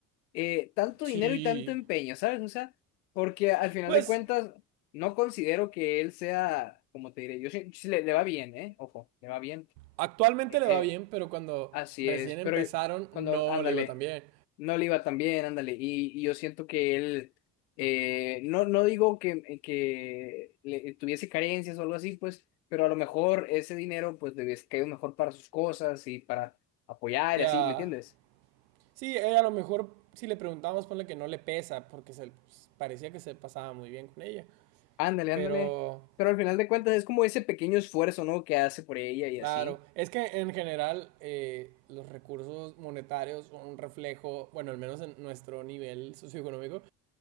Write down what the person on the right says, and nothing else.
Sí.
Pues
Actualmente
le
va bien, pero cuando
recién
empezaron
no
le iba tan bien.
Ya.
Sí, ella a lo mejor, si le preguntamos, ponle que no le pesa, porque se, pues, parecía que se pasaba muy bien con ella.
Pero,
claro,
es que en general eh, los recursos monetarios son un reflejo, bueno, al menos en nuestro nivel socioeconómico,